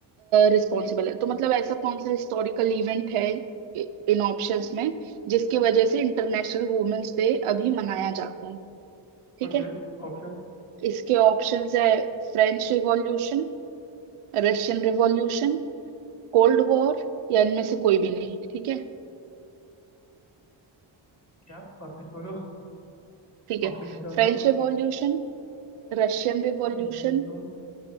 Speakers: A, on the right; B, on the left.
A: रिस्पॉन्सिबल है तो मतलब ऐसा कौन सा हिस्टोरिकल इवेंट है इ- इन ऑप्शंस में जिसकी वजह से इंटरनेशनल वुमेन्स डे अभी मनाया जाता है ठीक
B: ओके
A: है
B: ऑप्शन
A: इसके ऑप्शंस है French revolution Russian revolution cold war या इनमें से कोई भी नहीं ठीक है
B: क्या वापस बोलो
A: ठीक है
B: ऑप्शन फिर से बताओ
A: French revolution Russian
B: Consumption,
A: revolution
B: consumption,